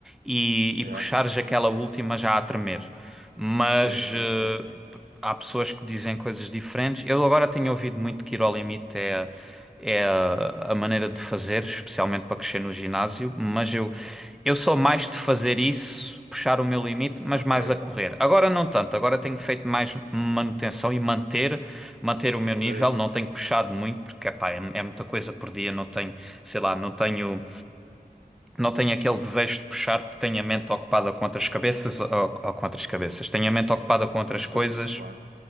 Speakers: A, in the centre; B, on the right.
A: e, e
B: Yeah.
A: puxares aquela última já a tremer. mas
B: Sim, sim,
A: eh,
B: sim, sim.
A: há pessoas que dizem coisas diferentes. Eu agora tenho ouvido muito que ir ao limite é, é a maneira de fazer, especialmente para crescer no ginásio, mas eu, eu sou mais de fazer isso, puxar o meu limite, mas
B: Ok,
A: mais a correr. Agora não tanto, agora tenho feito mais manutenção e manter, manter o meu
B: ok.
A: nível, não tenho puxado muito, porque epá, é, é muita coisa por dia, não tenho, sei lá, não tenho não tem aquele desejo de puxar porque tem a mente ocupada com outras cabeças ou, ou com outras cabeças, tem a mente ocupada com
B: Com
A: outras
B: outras
A: coisas,
B: coisas, claro.